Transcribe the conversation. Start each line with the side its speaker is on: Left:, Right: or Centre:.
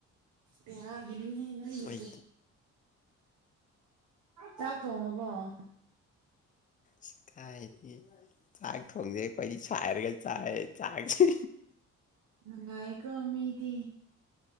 Right: ꯄꯒꯅꯤꯅ ꯀ
Left: ꯑꯩ
Right: ꯇꯥꯛꯀꯣ ꯃꯕꯣ <inaudible>
Left: ꯆꯀꯥꯏꯗꯤ ꯆꯥꯛ ꯊꯣꯡꯁꯩ ꯑꯩꯈꯣꯏꯗꯤ ꯁꯥꯏꯔꯒ ꯆꯥꯏ ꯆꯥꯛꯁꯤ
Right: ꯅꯨꯡ ꯉꯥꯏ ꯀꯣꯃꯤꯗꯤ